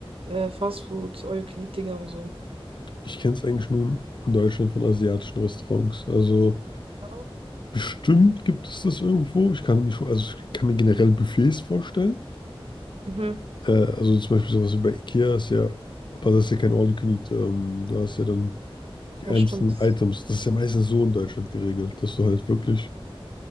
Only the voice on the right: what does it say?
äh, Fastfood, All-You-Can-Eat-Dinger und so.
Ja.
Mhm,
das
stimmt.